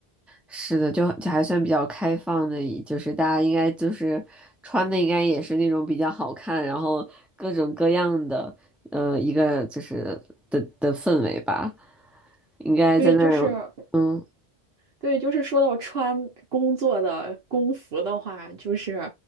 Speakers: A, in the centre; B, on the right (about 65°).
A: 是的，就就还算比较开放的，就是大家应该就是穿的应该也是那种比较好看，然后各种各样的，呃，一个就是的的氛围吧，应该在那儿，
B: 对，就是
A: 嗯，
B: 对，就是说到穿工作的工服的话，就是，